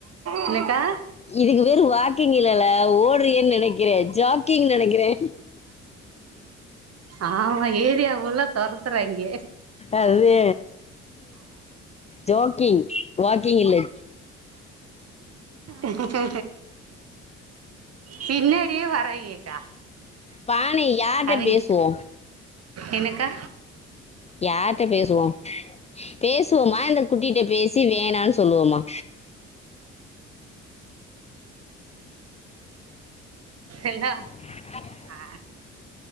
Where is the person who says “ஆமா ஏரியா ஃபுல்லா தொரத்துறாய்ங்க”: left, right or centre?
Right